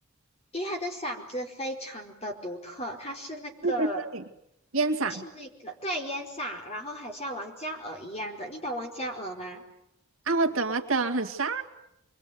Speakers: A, on the left (about 30°); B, on the right (about 75°).
A: 因为他的嗓子非常的独特，他是那个
B: 对对对，烟嗓
A: 是那个对烟嗓，然后很像王嘉尔一样的，你懂王嘉尔吗？
B: 啊，我懂我懂，很帅